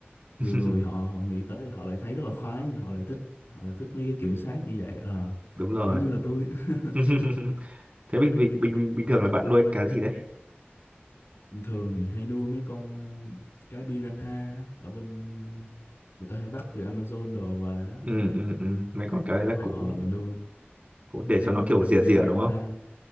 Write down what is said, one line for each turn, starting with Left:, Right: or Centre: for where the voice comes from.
Left: nhiều
Right: <laughs>
Left: người họ họ nghĩ tới thì họ lại thấy rất là khoái họ lại thích họ lại thích mấy cái kiểm soát như vậy Ờ,
Right: đúng rồi
Left: giống như là tôi <laughs>
Right: <laughs> thế bình bình bình bình thường là bạn nuôi cá gì đấy
Left: bình thường thì hay nuôi mấy con ờ, cá piranha ở bên người ta hay bắt từ Amazon đồ về á
Right: ừ ừ ừ mấy con cá đấy là
Left: ờ
Right: cũng
Left: là nuôi
Right: cũng để cho
Left: ừm,
Right: nó kiểu rỉa
Left: mấy con
Right: rỉa
Left: piranha
Right: đúng không